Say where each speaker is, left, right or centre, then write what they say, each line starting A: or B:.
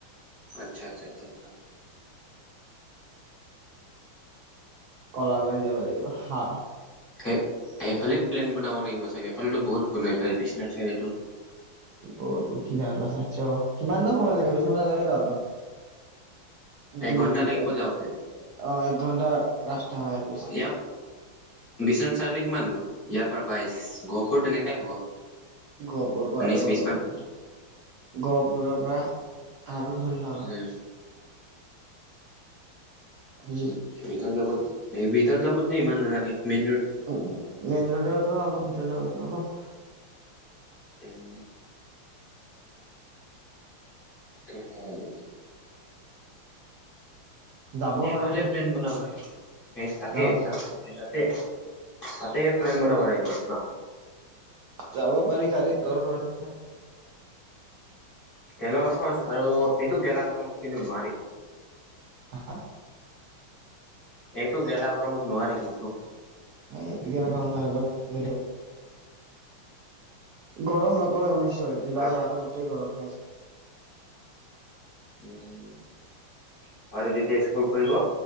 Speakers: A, on the left; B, on the right.
A: আচ্ছা আচ্ছা আচ্ছা।
B: কলাবাৰী যাব লাগিব হা
A: সে-সেইফালে প্লেন বনাব লাগিব চাগে এইফালেতো বহুত গ'লো এইফাল বিশ্বনাথ চাৰিলিটো
B: <unintelligible> বি কিমাননো সময় লাগে বেচিব নালাগেতো আপ দাউন
A: এঘন্টা
B: দুই
A: লাগিব
B: এক
A: যাওঁতে
B: অ', এক ঘণ্টাৰ ৰাস্তা হয় আৰু বেছি।
A: ইয়াৰ বিশ্বনাথ চাৰিআলি কিমান দূৰ ইয়াৰ পৰা বাইশ, গঢ়পুৰ তেনেকাই হ'ব।
B: গঢ়পুৰৰ পৰা
A: উনৈশ
B: আৰু
A: বিশ
B: অলপ,
A: মান
B: গঢ়পুৰৰ পৰা আৰু ধৰি ল অলপ।
A: উম
B: বুজিলি
A: ভিতৰত যাব নি, এই ভিতৰত যাব যে ইমান নালাগে। মেইন
B: উ, মেইন ৰোডৰ পৰা অলপ ভিতৰত যাব লাগিব অলপ।
A: উম। ত হয়
B: যাব
A: সেইফালে
B: পাৰি
A: প্লেন বনাব লাগিব, স তাকে
B: যাব
A: তাত তাত তা তাতে প্লেন বনাব লাগিব যোৱা।
B: যাব পাৰি খালি তোৰ ঘৰত
A: তেলৰ খৰচ আৰু এইটো গেলা গৰমত কিন্তু নোৱাৰি।
B: হা
A: এইটো গেলা গৰমত নোৱাৰি কিন্তু।
B: এইটো কি <unintelligible> গৰম নকমে বুজিছ, জুলাই
A: অলপ
B: মাহটো গোটেই গৰমেই আছে।
A: উম'। আৰু যেতিয়া স্কুল খুলিব